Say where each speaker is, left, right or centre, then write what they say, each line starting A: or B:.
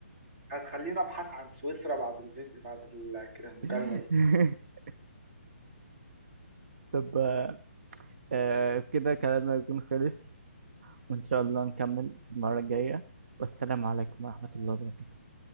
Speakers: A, on the right; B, on the right.
A: هتخليني ابحث عن سويسرا بعد الفيديو بعد ال- المكالمه
B: <laughs>
A: دي
B: طب آه كده كلامنا يكون خلص وان شاء الله نكمل في المرة الجاية والسلام عليكم ورحمة الله وبركاته